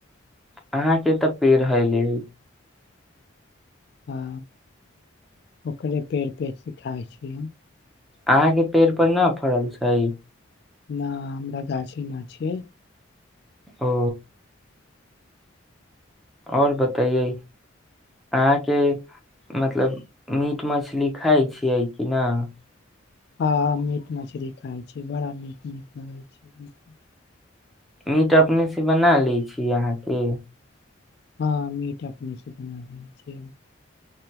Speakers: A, in the centre; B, on the left.
A: अहाँके तऽ पेड़ हले
B: आ ओकरे पेड़ पेड़ सीखाइ छिय हम
A: अहााँ के पेड़ पर न फड़ल छै
B: न हमरा गाछी न छ
A: ओ आओर बतैयै अहाँके मतलब मीट मछली खाइ छियै कि नहि
B: हँ ह मीट मछरी खाइ छै बड़ा मीट नीक लगै छै मीट मछली
A: मीट अपनेसँ बना लैत छी अहाँके
B: हँ मीट अपनेसँ बना लै छिय